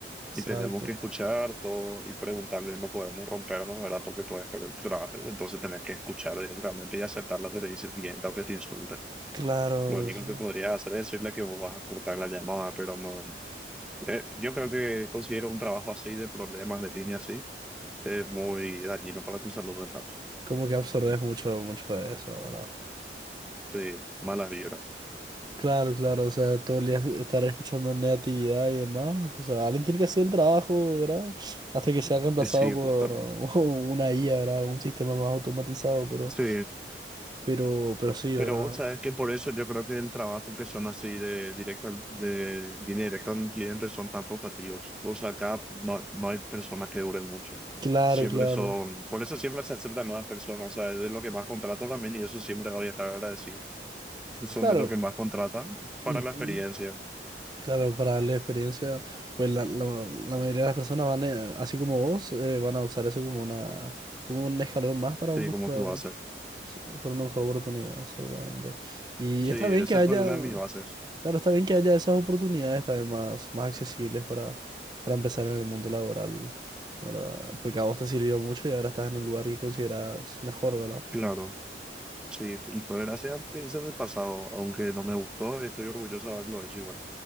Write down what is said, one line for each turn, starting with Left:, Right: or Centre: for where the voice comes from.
Right: Exacto.
Centre: Y tenemos que escuchar todo y preguntarle, no podemos rompernos, ¿verdad? Porque puedes perder el trabajo. Entonces tenés que escuchar directamente y aceptar lo que te dice el cliente o que te insulta.
Right: Claro,
Centre: Lo único
Right: sí,
Centre: que podrías hacer es decirle que vos vas a cortar la llamada, pero no. Eh, yo creo que considero un trabajo así de problemas de línea así es muy dañino para tu salud mental.
Right: como que absorbes mucho, mucho de eso, ¿verdad?
Centre: Sí, malas vibras.
Right: Claro, claro, o sea, todo el día estar escuchando negatividad y demás. O sea, alguien tiene que hacer el trabajo, ¿verdad? Hasta que sea reemplazado
Centre: Sí,
Right: por
Centre: justamente.
Right: uh, <laughs> una IA, ¿verdad? Algún sistema más automatizado, pero,
Centre: Sí.
Right: pero, pero sí,
Centre: Pero
Right: ¿verdad?
Centre: vos sabes que por eso yo creo que el trabajo que son así de directa, de línea directa al cliente son tan rotativos. O sea, acá no, no hay personas que duren mucho.
Right: Claro,
Centre: Siempre
Right: claro.
Centre: son, por eso siempre se aceptan nuevas personas. O sea, es de lo que más contrata también y eso siempre voy a estar agradecido. Son
Right: Claro,
Centre: de lo que más contrata para
Right: ujú.
Centre: la experiencia.
Right: Claro, para la experiencia, pues la, la- la mayoría de las personas van, a- así como vos, eh, van a usar eso como una, como un escalón más para
Centre: Sí,
Right: un mejor,
Centre: como tú haces.
Right: para una mejor oportunidad, exactamente. Y
Centre: Sí,
Right: está bien
Centre: esa
Right: que haya
Centre: fue una de mis bases.
Right: Claro, está bien que haya esas oportunidades también más, más accesibles para, para empezar en el mundo laboral, ¿verdad? Porque a vos te sirvió mucho y ahora estás en un lugar que consideras mejor, ¿verdad?
Centre: Claro. Sí, y fue gracias al que hice en el pasado, aunque no me gustó, estoy orgulloso de haberlo hecho igual.